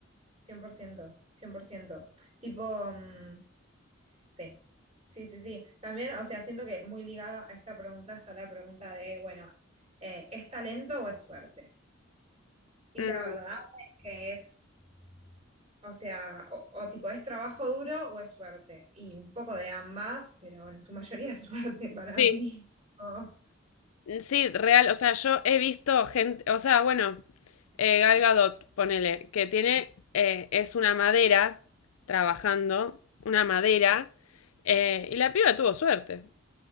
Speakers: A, on the right (about 30°); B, on the left (about 90°).
A: cien cien por ciento cien por ciento Tipo, mm, sí, sí, sí, sí. También, o sea, siento que muy ligada a esta pregunta está la pregunta de, bueno, eh, ¿es talento o es suerte? Y
B: Mm,
A: la verdad es que es, o sea, o, o tipo, ¿es trabajo duro o es suerte? Y un poco de ambas, pero en su mayoría es suerte para
B: sí,
A: mí. <laughs> Oh,
B: Sí, real, o sea, yo he visto gente, o sea, bueno, eh, Gal Gadot, ponele, que tiene, eh, es una madera trabajando, una madera,
A: sí,
B: eh, y la piba tuvo suerte,